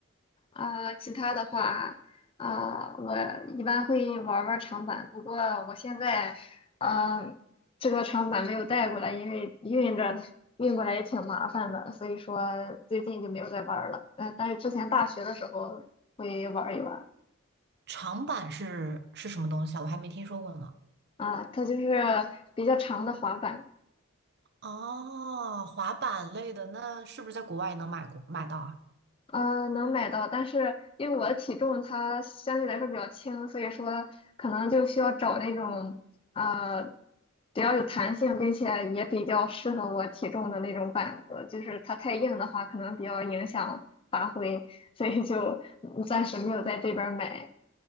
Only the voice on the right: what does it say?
长板是是什么东西啊？我还没听说过呢。
哦，滑板类的，那是不是在国外也能买过买到啊？